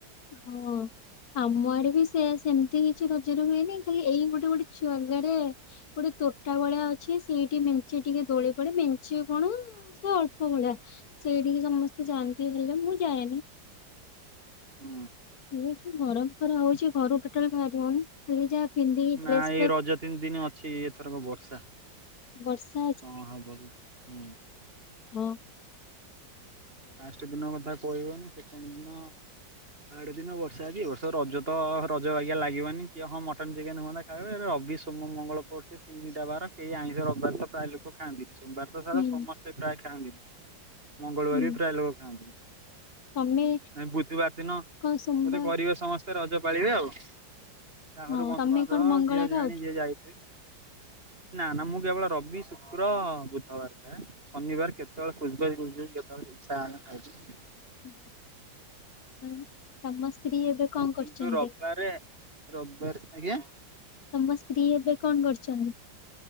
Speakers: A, on the left; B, on the right.
A: ହଁଅ। ଆମ ଆଡେ ବି ସେଆ ସେମିତି କିଛି ରଜରେ ହୁଏନି ଖାଲି ଏଇ ଗୋଟେ ଗୋଟେ ଛୁଆଗାରେ ଗୋଟେ ତୋଟା ଭଳିଆ ଅଛି ସେଇଠି ମେଞ୍ଚେ ଟିକେ ଦୋଳି ପଡେ ମେଞ୍ଚେ କଣ ସେ ଅଳ ପ ଭଳିଆ ସେଇଠିକି ସମସ୍ତେ ଯାଆନ୍ତି ହେଲେ ମୁଁ ଯାଏନି।
B: ହୁଁ।
A: ଏ ଯୋଉ ଗରମ ଖରା ହଉଛି ଘରୁ ଟୋଟାଲ ବାହାରି ହଉନି ଖାଲି ଯାହା ପିନ୍ଧିକି
B: ନା
A: ଡ୍ରେସ
B: ଏଇ
A: ଫେସ
B: ରଜ ତିନି ଦିନ ଅଛି ଏଥରକ ବର୍ଷା
A: ବର୍ଷା
B: କଣ ହବ ଏ ହୁଁ।
A: ତୋ।
B: ଫାଷ୍ଟ ଦିନ କଥା କହିହବନି ସେକଣ୍ଡ ଦିନ ଥାଡ ଦିନ ବର୍ଷା ଅଛି ଏ ବର୍ଷ ରଜ ତ ରଜ ବାଗିଆ ଲାଗିବନି ଯେ ହଁ ମଟନ, ଚିକେନ ହୁଅନ୍ତା ଖାଇବେ ରବି, ସୋମ, ମଙ୍ଗଳ ପଡୁଛି ତିନିଟା ବାର କେହି ଆଇଁଷ ରବିବାର ତ ପ୍ରାୟ ଲୋକ ଖାଆନ୍ତିନି, ସୋମବାର ତ
A: ହୁଁ
B: ସାରା ସମସ୍ତେ ପ୍ରାୟ ଖାଆନ୍ତିନି, ମଙ୍ଗଳବାର
A: ହୁଁ
B: ବି ପ୍ରାୟ ଲୋକ ଖାଆନ୍ତିନି।
A: ତମେ
B: ଏ ବୁଧବାର ଦିନ
A: କଣ ସୋମବାର
B: ବୋଧେ କରିବେ ସମସ୍ତେ ରଜ ପାଳିବେ ଆଉ ଯାଘାରକୁ
A: ହଁ
B: ବନ୍ଧୁବାନ୍ଧବ
A: ତମେ କଣ ମଙ୍ଗଳବାର
B: ଝିଅ
A: ଖାଅ
B: ଜୁଆଣି
A: କି?
B: ଯିଏ ଯାଇଥିବେ ନା ନା ମୁଁ କେବଳ ରବି, ଶୁକ୍ର, ବୁଧବାର ଖାଏ ଶନିବାର କେତେବେଳେ <unintelligible> କେତେବେଳେ ଇଚ୍ଛା ହେଲା ଖାଉଛି
A: <unintelligible> ସ୍ତ୍ରୀ ଏବେ କଣ କରୁଛନ୍ତି?
B: କିନ୍ତୁ ରବିବାର ରବିବାର ଆଜ୍ଞା।
A: ତମ ସ୍ତ୍ରୀ ଏବେ କଣ କରିଛନ୍ତି?